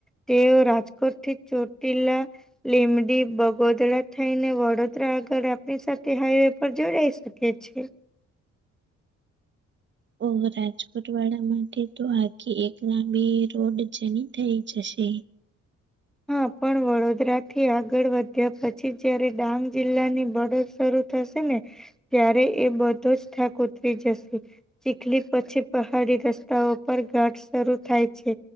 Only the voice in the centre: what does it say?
તેઓ રાજકોટથી ચોટીલા લીમડી બગોદરા થઈને વડોદરા આગળ આપણી સાથે હાઈવે પર જોડાઈશુ. કે છે.
હા, પણ વડોદરા થી આગળ વધ્યા પછી, જયારે ડાંગ જિલ્લાની બડદ શરૂ ત શેને. ત્યારે એ બધો જ થાક ઉતરી જશે. ચીખલી પછી પહાડી રસ્તાઓ પર ઘાટ શરૂ થાય છે.